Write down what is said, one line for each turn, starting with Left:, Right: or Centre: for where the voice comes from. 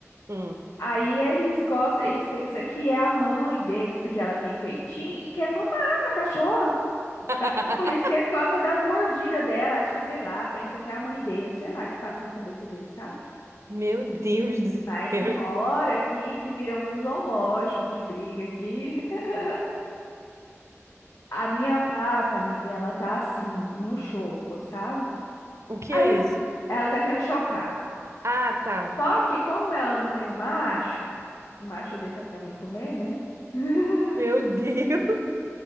Right: Hum.
Left: Aí eles gostam, eles pensam que é a mãe deles, porque ela tem peitinho e quer mamar na cachorra.
Right: <laughs>
Left: E por isso que ele gosta das mordidas dela. Acho que, sei lá, pensa que é a mãe dele, sei lá, que passa na cabeça dele, sabe?
Right: Meu Deus do
Left: Mas
Right: céu.
Left: tem hora aqui que vira um zoológico de briga aqui. <laughs> A minha pata, amiga, ela tá assim, no choco, sabe?
Right: O que
Left: Aí
Right: é isso?
Left: ela tá querendo chocar.
Right: Ah, tá.
Left: Só que como ela não tem um macho, o macho eu dei pra minha mãe comer, né? <laughs>
Right: Meu Deus.